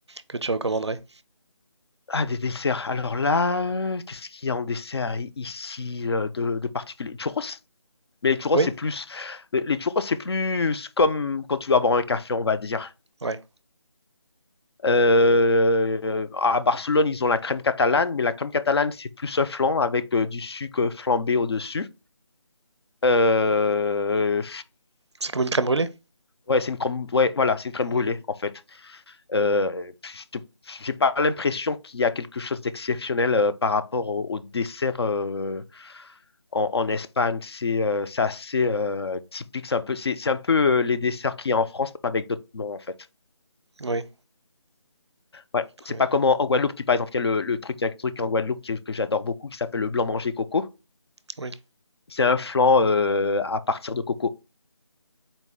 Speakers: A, on the right; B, on the left.
A: que tu recommanderais?
B: Ah, des desserts. Alors là, euh, qu'est-ce qu'il y a en dessert i- ici euh, de, de particulier? Churros? Mais les churros,
A: Oui,
B: c'est plus... Les les churros, c'est plus comme quand tu vas boire un café, on va dire.
A: ouais.
B: Euh, à Barcelone, ils ont la crème catalane, mais la crème catalane, c'est plus un flan avec euh, du sucre flambé au-dessus. Euh,
A: C'est comme une crème brûlée?
B: ouais, c'est une crème, ouais, voilà, c'est une crème
A: Mm.
B: brûlée, en fait. Euh, je te- j'ai pas l'impression qu'il y a quelque chose d'exceptionnel euh, par rapport au, au dessert euh, en, en Espagne. C'est euh, c'est assez euh, typique. C'est un peu, c'est c'est un peu euh, les desserts qu'il y a en France, mais avec d'autres noms, en fait.
A: Oui,
B: Ouais.
A: très
B: C'est
A: bien.
B: pas comme en, en Guadeloupe, qui par exemple, il y a le, le truc, il y a un truc en Guadeloupe que, que j'adore beaucoup qui s'appelle le blanc manger coco.
A: Oui.
B: C'est un flan euh, à partir de coco